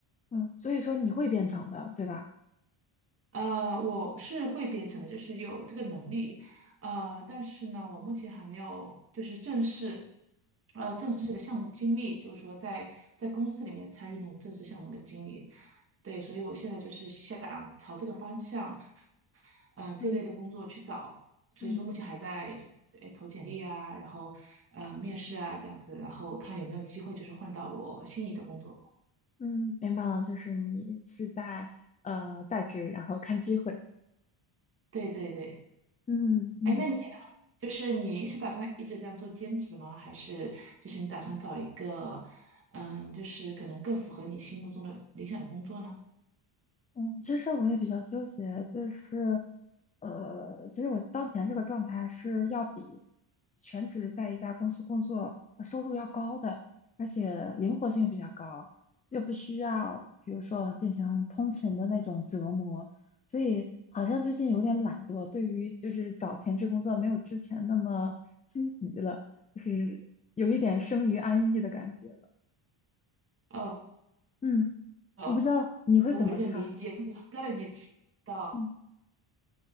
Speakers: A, on the left; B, on the right.
A: 嗯，所以说你会编程的，对吧？
B: 呃，我是会编程的，就是有这个能力，呃，但是呢，我目前还没有就是正式，呃，正式的项目经历，就是说在在公司里面参与那种正式项目的经历，对，所以我现在就是想朝这个方向，呃，这一类的工作去找，
A: 嗯
B: 所以说目前还在就哎投简历啊，
A: 嗯
B: 然后呃面试啊这样子，然后看有没有机会就是换到我心仪的工作，
A: 嗯，明白了，就是你是在呃在职，然后看机会。
B: 对对对。
A: 嗯嗯。
B: 哎，那你呢？就是你是打算一直这样做兼职吗？还是就是你打算找一个，嗯，就是可能更符合你心目中的理想的工作呢？
A: 嗯，其实我也比较纠结，就是，呃，其实我当前这个状态是要比全职在一家公司工作呃收入要高的，而且灵活性比较高，又不需要比如说进行通勤的那种折磨，所以好像最近有点懒惰，对于就是找全职工作没有之前那么心急了，就是有一点生于安逸的感觉了。
B: 哦，
A: 嗯，
B: 哦，
A: 我不知道你会怎么看？
B: 我有点理解，刚才你提到。
A: 嗯，